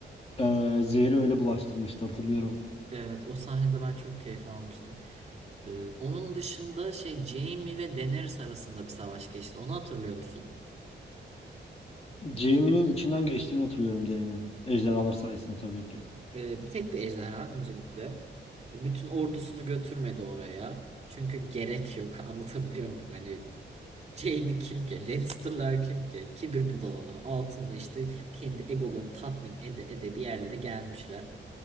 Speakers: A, on the left; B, on the right.
A: e, zehri öyle bulaştırmıştı hatırlıyorum.
B: Evet, o sahnede ben çok keyif almıştım. Ee, onun dışında şey Jaime ve Daenerys arasında bir savaş geçti. Onu hatırlıyor musun?
A: Jaime'nin içinden geçtiğini hatırlıyorum Dany'nin. Ejderhalar sayesinde tabii ki.
B: Ee, bir tek bir ejderha öncelikle. Bütün ordusunu götürmedi oraya. Çünkü gerek yok. <laughs> Anlatabiliyor muyum? Hani Jaime kim ki? Lannister'lar kim ki? Kibir budalaları altında işte kendi egolarını tatmin ede ede bir yerlere gelmişler.